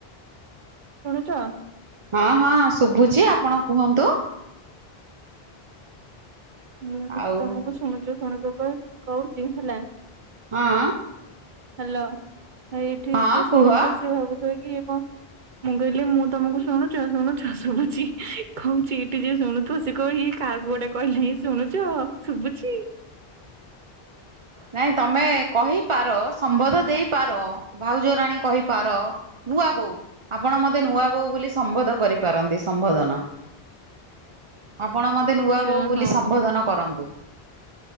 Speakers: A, on the right (about 55°); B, on the right (about 40°).
A: ଶୁଣୁଛ।
B: ହଁ -ହଁ ଶୁଭୁଛି ଆପଣ କୁହନ୍ତୁ।
A: ହୁଁ
B: ଆଉ
A: ତମକୁ ଶୁଣୁଛୁ ଶୁଣୁଛୁ କ କହୁଛି ହେଲା।
B: ହଁ।
A: ହ୍ୟାଲୋ ଏଇଠି
B: ହଁ
A: ଯିଏ ଶୁଣୁଥିବ
B: କୁହ
A: ସିଏ ଭାବୁଥିବ କି ମୁଁ କହିଲି ମୁଁ ତମକୁ ଶୁଣୁଛ ଶୁଣୁଛ। <unintelligible> ଛି କହୁଛି ଏଇଠି ଯିଏ ଶୁଣୁଥୁବ ସେ କହ କାହାକୁ ଗୋଟେ କହିଲେଣି। ଶୁଣୁଚ ଶୁଭୁଛି।
B: ନାଇଁ ତମେ କହିପାର ସମ୍ବଧ ଦେଇପାର ଭାଉଜରାଣୀ କହିପାର ନୂଆ ବୋଉ ଆପଣ। ମତେ ନୂଆ ବୋଉ ବୋଲି ସମ୍ବୋଧ କରିପାରନ୍ତି ସମ୍ବୋଧନ। ଆପଣ ମତେ ନୂଆ
A: ଆଚ୍ଛା
B: ବୋଉ ବୋଲି
A: ହଁ।
B: ସମ୍ବୋଧନ କରନ୍ତୁ।